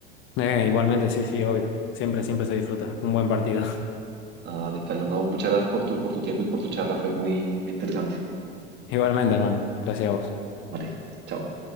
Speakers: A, on the left; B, on the right.
A: Eh, igualmente, sí, sí, obvio. Siempre, siempre se disfruta. Un buen partido.
B: Dale, Carlos, no, muchas gracias por tu, por tu tiempo y por tu charla. Fue muy, muy interesante.
A: Igualmente, hermano. Gracias a vos.
B: Vale, chao.